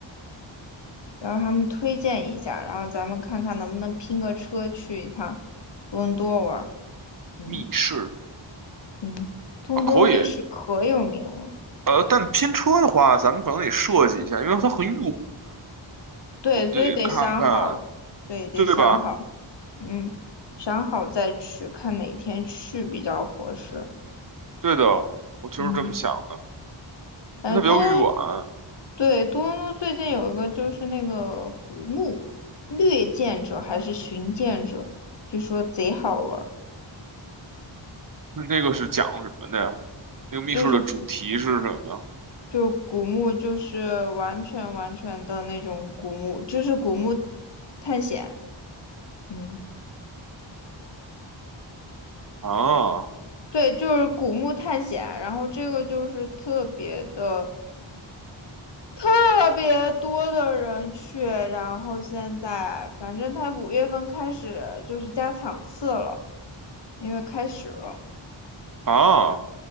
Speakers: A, on the left; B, on the right.
A: 然后他们推荐一下，然后咱们看看能不能拼个车去一趟多伦多玩儿，嗯。
B: 密室
A: 嗯，多伦多密室可有名了。
B: 啊可以，呃，但拼车的话，咱们可能得设计一下，因为它很远，
A: 对，
B: 我们就得看看，
A: 所以得想好，对，得想好，
B: 对吧？
A: 嗯，想好再去，看哪天去比较合适。
B: 对的，我就是这么想的，
A: 嗯，感觉多，
B: 因为它比较远。
A: 对，多伦多最近有一个就是那个古墓掠剑者还是寻剑者，据说贼好玩儿，
B: 那那个是讲什么的呀？那个密室的主题是什么？
A: 就是
B: 呀？
A: 就古墓就是完全完全的那种古墓，就是古墓探险。嗯。
B: 啊
A: 对，就是古墓探险，然后这个就是特别的特别多的人去，然后现在反正他五月份开始就是加场次了，因为开始了，
B: 啊，